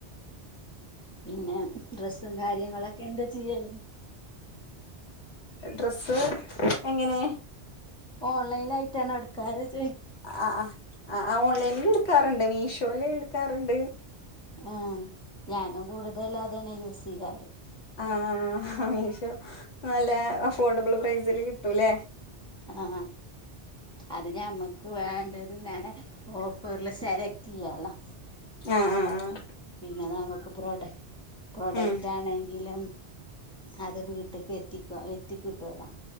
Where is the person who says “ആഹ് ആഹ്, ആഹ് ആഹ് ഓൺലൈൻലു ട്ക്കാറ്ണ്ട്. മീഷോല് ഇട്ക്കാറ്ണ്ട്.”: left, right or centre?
Left